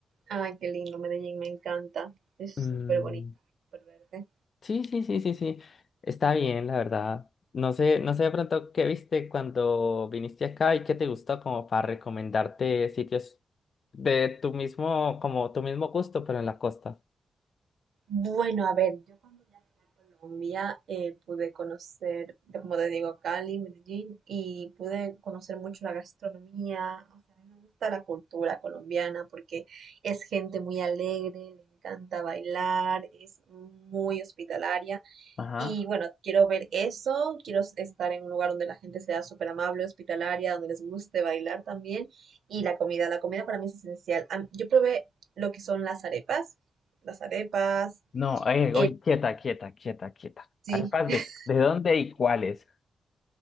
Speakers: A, on the right; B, on the left.
A: Ay, qué lindo, Medellín, me encanta. Es
B: Mm,
A: súper bonito, súper verde.
B: sí, sí, sí, sí, sí. Está bien, la verdad. No sé, no sé de pronto qué viste cuando viniste acá y qué te gustó como para recomendarte sitios de tu mismo, como tu mismo gusto, pero en la costa.
A: Bueno, a ver, yo cuando viajé a Colombia eh, pude conocer, de- como te digo, Cali, Medellín, y pude conocer mucho la gastronomía. O sea, a mí me gusta la cultura colombiana porque es gente muy alegre, le encanta bailar, es muy hospitalaria.
B: Ajá.
A: Y bueno, quiero ver eso, quiero s- estar en un lugar donde la gente sea súper amable, hospitalaria, donde les guste bailar también. Y la comida, la comida para mí es esencial. Am- Yo probé lo que son las arepas, las arepas,
B: No, eh,
A: el-
B: oye, quieta, quieta, quieta, quieta.
A: sí,
B: ¿Arepas
A: <laughs>
B: de, de dónde y cuáles?